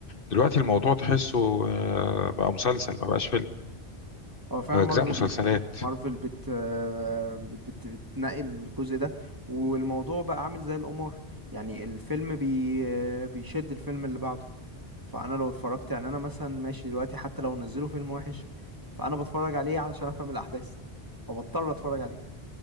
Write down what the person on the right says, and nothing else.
هو فعلا
مارفل
مارفل بت بت بت بتنقي الجزء ده والموضوع بقى عامل زي القمار يعني الفيلم بي بيشد الفيلم اللي بعده فانا لو اتفرجت يعني انا مثلا ماشي دلوقتي حتى لو نزلوا فيلم وحش فانا بتفرج عليه علشان افهم الاحداث فبضطر اتفرج عليه